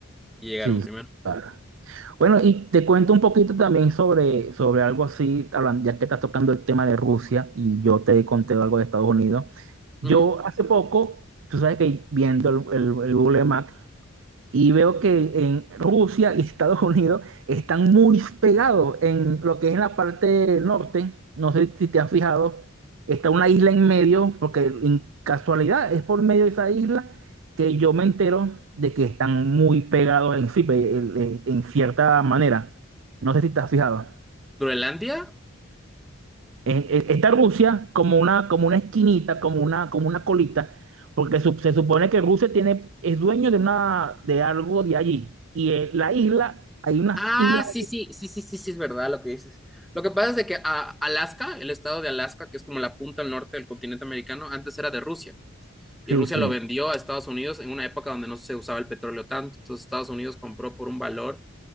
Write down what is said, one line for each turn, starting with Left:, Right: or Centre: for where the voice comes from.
Centre: y llegaron
Right: Sí,
Centre: primero.
Right: claro. Bueno, y te cuento un poquito también sobre, sobre algo así, hablan- ya que estás tocando el tema de Rusia y yo te conté algo de Estados Unidos. Yo
Centre: Ujú.
Right: hace poco, tú sabes que viendo el, el- el Google Maps, y veo que en Rusia y Estados <laughs> Unidos están muy pegados en lo que es la parte norte. No sé si te has fijado, está una isla en medio, porque en casualidad es por medio de esa isla que yo me entero de que están muy pegados en sí, pe- en en- en cierta manera. No sé si te has fijado.
Centre: Groenlandia
Right: Eh, eh, Está Rusia como una, como una esquinita, como una, como una colita, porque su- se supone que Rusia tiene, es dueño de, una, de algo de allí. Y eh, la isla, hay unas
Centre: Ah,
Right: islas.
Centre: sí, sí, sí, sí, sí, sí, es verdad lo que dices. Lo que pasa es de que a- Alaska, el estado de Alaska, que es como la punta al norte del continente americano, antes era de Rusia y
Right: Sí,
Centre: Rusia
Right: sí.
Centre: lo vendió a Estados Unidos en una época donde no se usaba el petróleo tanto. Entonces Estados Unidos compró por un valor